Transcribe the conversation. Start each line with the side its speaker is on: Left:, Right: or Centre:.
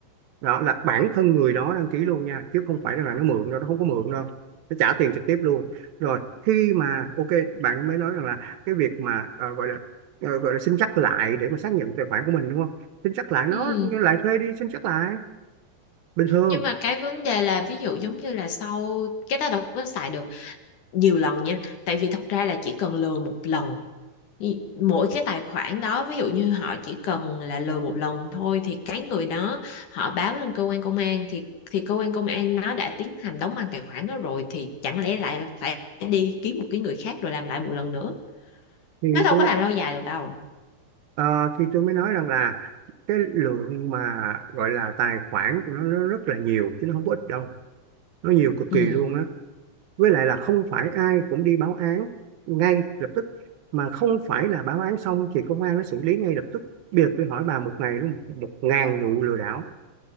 Right: đó là bản thân người đó đăng ký luôn nha chứ không phải rằng là nó mượn đâu nó không có mượn đâu nó trả tiền trực tiếp luôn rồi khi mà ok bạn mới nói rằng là cái việc mà ờ, gọi là ờ, gọi là xin chắc lại để mà xác nhận tài khoản của mình đúng không xin chắc lại nó
Left: ừ.
Right: lại thuê đi xin chắc lại bình thường
Left: nhưng mà cái vấn đề là ví dụ giống như là sau cái ta đâu có xài được nhiều lần nha tại vì thật ra là chỉ cần lừa một lần Ý- mỗi cái tài khoản đó ví dụ như họ chỉ cần là lừa một lần thôi thì cái người đó họ báo lên cơ quan công an thì thì cơ quan công an nó đã tiến hành đóng băng tài khoản đó rồi thì chẳng lẽ lại phải đi kiếm một cái người khác rồi làm lại một lần nữa
Right: thì
Left: nó đâu
Right: tôi
Left: có làm lâu dài được đâu
Right: ờ, thì tôi mới nói rằng là cái lượng mà gọi là tài khoản của nó, nó rất là nhiều chứ nó không có ít đâu nó nhiều cực
Left: ừ.
Right: kỳ luôn á với lại là không phải ai cũng đi báo án ngay lập tức mà không phải là báo án xong thì công an nó xử lý ngay lập tức bây giờ tôi hỏi bà một ngày nó một, một ngàn vụ lừa đảo